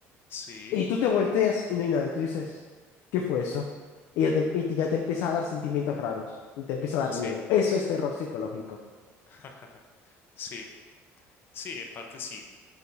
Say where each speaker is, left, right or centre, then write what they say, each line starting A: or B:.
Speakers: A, on the left; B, on the left.
A: Sí,
B: Y tú te volteas y no hay nadie. Tú dices, ¿qué fue eso? Y ya te, y te- ya te empieza a dar sentimientos raros y te empieza a dar
A: sí,
B: miedo. Eso es terror psicológico.
A: <laughs> sí, sí, en parte sí.